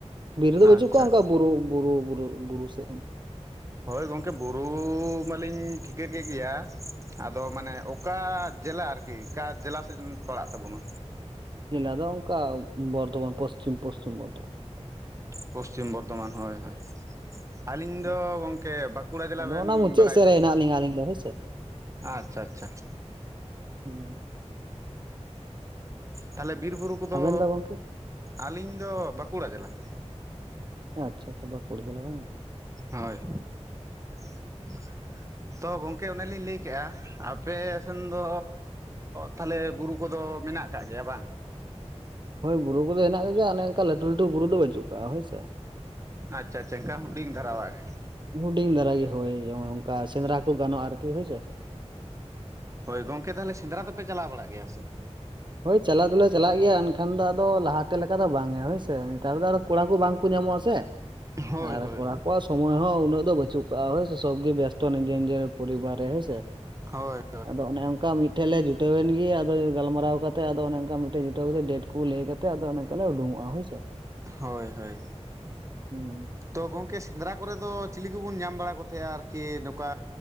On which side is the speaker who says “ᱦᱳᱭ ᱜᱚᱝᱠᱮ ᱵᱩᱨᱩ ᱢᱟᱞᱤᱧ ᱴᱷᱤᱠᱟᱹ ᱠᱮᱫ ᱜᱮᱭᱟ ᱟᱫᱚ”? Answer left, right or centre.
Right